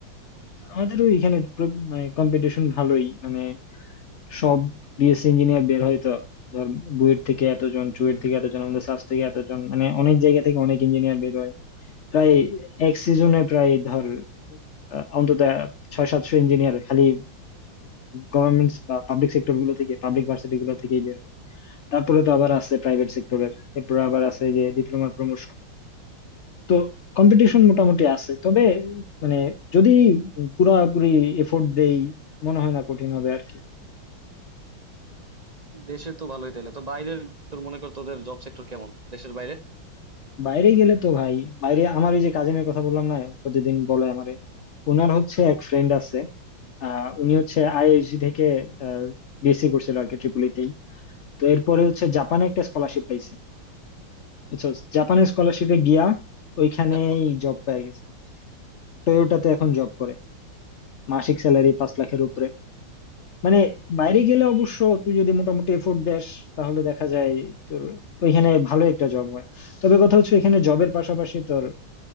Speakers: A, on the left (about 55°); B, on the right (about 35°).
A: আমাদেরও এখানে প্র- মানে কম্পিটিশন ভালোই মানে সব বিএসসি ইঞ্জিনিয়ার বের হয় তো ধর বুয়েট থেকে এতজন চুয়েট থেকে এতজন আমাদের সাস থেকে এতজন মানে অনেক জায়গা থেকে অনেক ইঞ্জিনিয়ার বের হয় প্রায় এক সিজনে প্রায় ধর আহ, অন্তত ছয় সাতশো ইঞ্জিনিয়ার খালি গভর্নমেন্ট বা পাবলিক সেক্টর গুলো থেকে পাবলিক ভার্সিটি গুলো থেকে তারপরে তো আবার আছে প্রাইভেট সেক্টরের এরপরে আবার আছে যে ডিপ্লোমার প্রমোশন তো কম্পিটিশন মোটামুটি আছে তবে মানে যদি পুরাপুরি এফোর্ট দেই মনে হয় না কঠিন হবে আর কি
B: দেশে তো ভালোই তাহলে তো বাইরের তোর মনে কর তোদের জব সেক্টর কেমন দেশের বাইরে
A: বাইরে গেলে তো ভাই বাইরে আমার ওই যে কাজিনের কথা বললাম না প্রতিদিন বলে আমারে ওনার হচ্ছে এক ফ্রেন্ড আছে আহ উনি হচ্ছে আইএসজি থেকে বিএসসি করছিল আর কি ট্রিপুলিতেই তো এরপরে হচ্ছে জাপানে একটা স্কলারশিপ পাইছে বুঝছো জাপানের স্কলারশিপে গিয়া ওইখানেই
B: যা হুম।
A: জব পেয়ে গেছে টয়োটাতে এখন জব করে মাসিক স্যালারি পাঁচ লাখের উপরে মানে বাইরে গেলে অবশ্য তুই যদি মোটামুটি এফোর্ট দেস তাহলে দেখা যায় তোর ওইখানে ভালো একটা জব হয় তবে কথা হচ্ছে এখানে জবের পাশাপাশি তোর